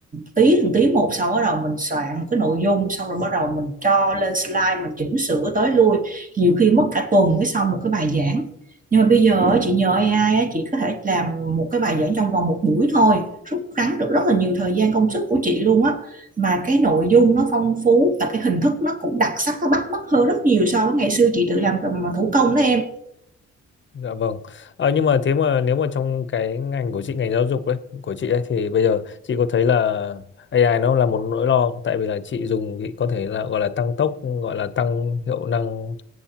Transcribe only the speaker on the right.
tí từng tí một xong bắt đầu mình soạn một cái nội dung xong rồi bắt đầu mình cho lên slide mình chỉnh sửa tới lui nhiều khi mất cả tuần mới xong một cái bài giảng nhưng mà bây giờ á, chị nhờ AI á, chị có thể làm một cái bài giảng trong vòng một buổi thôi, rút ngắn được rất là nhiều thời gian công sức của chị luôn á. Mà cái nội dung nó phong phú và cái hình thức nó cũng đặc sắc, nó bắt mắt hơn rất nhiều so với ngày xưa chị tự làm cầm thủ công đó em.